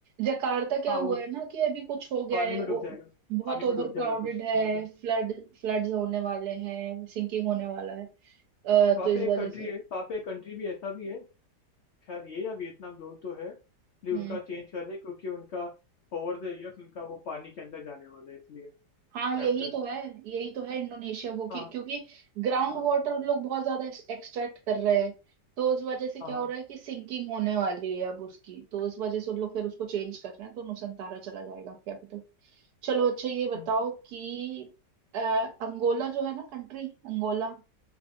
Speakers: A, on the right; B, on the left.
A: जकार्ता क्या
B: हाँ
A: हुआ
B: वो
A: है ना कि अभी कुछ हो गया
B: पानी
A: है
B: में डूब
A: ओ,
B: जाएगा
A: बहुत
B: पानी
A: ओवर
B: में डूब
A: क्राउडेड
B: जाएगा कुछ
A: है
B: दिनों तक
A: फ्लड फ्लड्स होने वाले हैं सिंकिंग होने वाला है अ,
B: वहाँ
A: तो इस
B: पे एक
A: वजह
B: कंट्री
A: से
B: है वहाँ पे एक कंट्री भी ऐसा भी है खैर ये या वियतनाम जो तो है लेकिन
A: हम्म
B: उनका चेंज कर रहे हैं, क्योंकि उनका ओवर द ईयर्स उनका वो पानी के अंदर जाने वाला है इसलिए
A: हाँ
B: कैप्टन
A: यही तो है यही तो है इंडोनेशिया वो कि,
B: हाँ
A: क्योंकि ग्राउंड
B: हाँ
A: वाटर लोग बहुत ज्यादा एक्सट्रैक्ट कर रहे हैं तो उस वजह से
B: हाँ
A: क्या
B: हाँ,
A: हो रहा है कि सिंकिंग होने वाली है अब उसकी तो इस वजह से उन लोग फिर उसको चेंज कर रहे हैं तो नुसंतारा चला जाएगा कैपिटल चलो अच्छा ये बताओ
B: हम्म,
A: कि अ, अंगोला जो है ना कंट्री अंगोला